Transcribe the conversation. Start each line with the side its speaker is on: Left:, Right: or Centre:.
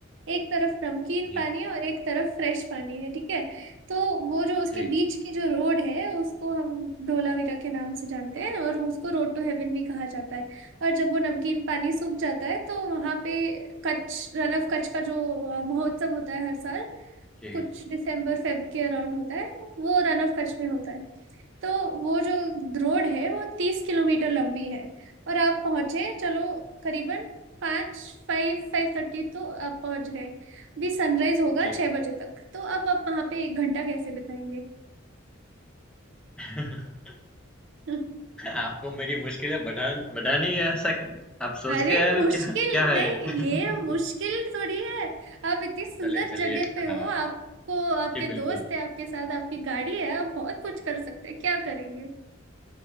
Right: एक तरफ नमकीन
Centre: जी,
Right: पानी है और एक तरफ फ्रेश पानी है ठीक है तो वो जो उसके
Centre: जी,
Right: बीच की जो रोड है उसको हम धोलावीरा के नाम से जानते हैं और उसको रोड टू हेवन भी कहा जाता है और जब वो नमकीन पानी सूख जाता है तो वहां पे कच्छ रन ऑफ कच्छ का जो अ, महोत्सव होता है हर साल
Centre: जी,
Right: कुछ दिसंबर फेब के अराउंड होता है वो रन ऑफ कच्छ में होता है तो वो जो रोड है वो तीस किलोमीटर लंबी है और आप पहुंचे चलो करीबन पाँच फाइव फाइव थर्टी तो आप पहुंच गए भी सनराइज होगा
Centre: जी।
Right: छह बजे तक तो अब आप वहां पे एक घंटा कैसे बिताएंगे
Centre: <laughs>
Right: <laughs>
Centre: आपको मेरी मुश्किलें बढ़ा बढ़ानी है ऐसा आप सोच
Right: अरे
Centre: के आए
Right: मुश्किल
Centre: हो क्या? क्या है
Right: नहीं
Centre: ये?
Right: ये मुश्किल
Centre: <laughs>
Right: थोड़ी है आप इतनी सुंदर
Centre: चलिए, चलिए।
Right: जगह पे हो
Centre: हाँ,
Right: आपको आपके
Centre: जी बिल्कुल।
Right: दोस्त है आपके साथ आपकी गाड़ी है आप बहुत कुछ कर सकते हैं क्या करेंगे